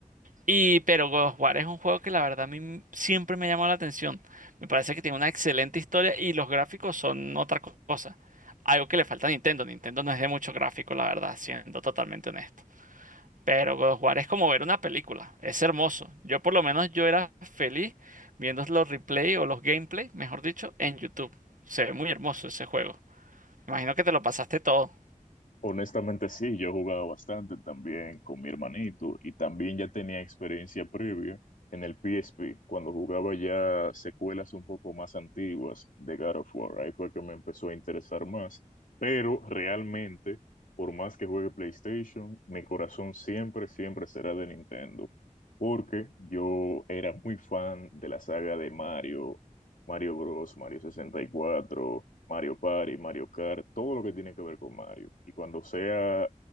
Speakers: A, on the right; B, on the left.
A: y pero God of War es un juego que la verdad a mí m- siempre me llamó la atención, me parece que tiene una excelente historia y los gráficos son otra co- cosa, algo que le falta a Nintendo, Nintendo no es de mucho gráfico, la verdad, siendo totalmente honesto. Pero God of War es como ver una película, es hermoso. Yo por lo menos yo era feliz viendo los replay o los gameplay, mejor dicho, en YouTube. Se ve muy hermoso ese juego. Imagino que te lo pasaste todo.
B: Honestamente sí, yo he jugado bastante también con mi hermanito y también ya tenía experiencia previa en el PSP, cuando jugaba ya secuelas un poco más antiguas de God of War, ahí fue que me empezó a interesar más, pero realmente, por más que juegue PlayStation, mi corazón siempre, siempre será de Nintendo, porque yo era muy fan de la saga de Mario, Mario Bros, Mario 64. Mario Party, Mario Kart, todo lo que tiene que ver con Mario. Y cuando sea